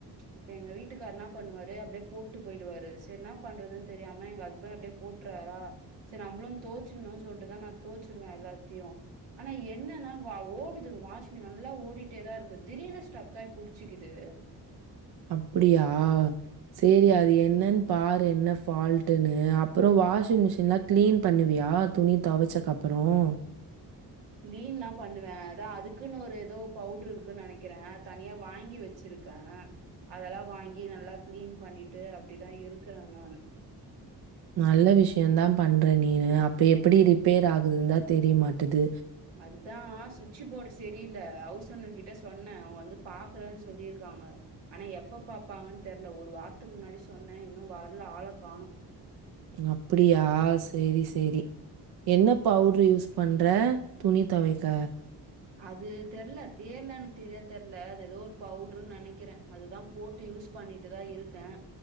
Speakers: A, on the right (about 90°); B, on the right (about 60°).
A: இப்ப எங்க வீட்டுக்கார் என்ன பண்ணுவாரு அப்படியே போட்டு போயிடுவாரு சரி என்ன பண்றதுன்னு தெரியாம எங்க ஹஸ்பண்ட் அப்படியே போட்டுறாரா சரி நம்மளும் தோச்சணுனு சொல்லிட்டுதா நா தோச்சுருவே எல்லாத்தையு ஆனா என்னன்னா ஓடுது வாஷ் மி நல்லா ஓடிட்டேதா இரு திடீர்னு ஸ்டக்காய் புடிச்சுக்குது
B: அப்டியா செரி அது என்னன்னு பாரு என்ன ஃபால்ட்டுனு அப்புறம் வாஷிங் மிஷின்லா கிளீன் பண்ணுவியா துணி தொவச்சக்கப்புறம்
A: கிளீன்லா பண்ணுவே அதா அதுக்குன்னு ஒரு ஏதோ பவுட்ரு இருக்குன்னு நெனைக்கிறே தனியா வாங்கி வச் வச்சிருக்கே அதெல்லா வாங்கி நல்லா கிளீன் பண்ணிட்டு அப்படிதா இருக்கிறே நானு
B: நல்ல விஷயம்தா பண்ற நீனு அப்ப எப்படி ரிப்பேர் ஆகுதுந்தா தெரியமாட்டுது
A: அதுதா சுவிட்சு போர்டு சரியில்ல ஹவுஸ் ஓனர் கிட்ட சொன்னே அவங்க வந்து பாக்குறேன்னு சொல்லிருக்காங்க ஆனா எப்ப பாப்பாங்கன்னு தெரில ஒரு வாரத்துக்கு முன்னாடி சொன்னே இன்னு வரல ஆள காணும்
B: அப்படியா சேரி சேரி என்ன பவுட்ரு யூஸ் பண்ற துணி துவைக்க
A: அது தெர்ல பேரெல்லா எனுக்கு தெரியா தெர்ல அது எதோ ஒரு பவுடருன்னு நெனைக்கிறே அதுதா போட்டு யூஸ் பண்ணிட்டுதா இருக்கேன்